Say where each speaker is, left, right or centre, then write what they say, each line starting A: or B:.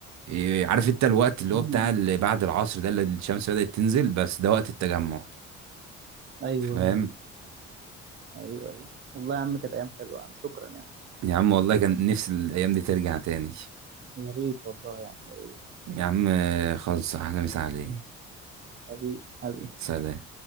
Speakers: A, on the right; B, on the right.
A: إيه، عارف انت الوقت اللي
B: مم.
A: هو بتاع اللي بعد العصر ده اللي الشمس بدأت تنزل بس ده وقت التجمع
B: ايوه
A: فاهم
B: ايوه ايوه والله يا عم كانت ايام حلوه يا عم شكرا يا عم
A: يا عم والله كان نفسي الايام دي ترجع تاني
B: يا ريت والله يا عم يا ريت
A: يا عم آه، خلص احلى مسا عليك
B: حبيبي حبيبي
A: سلام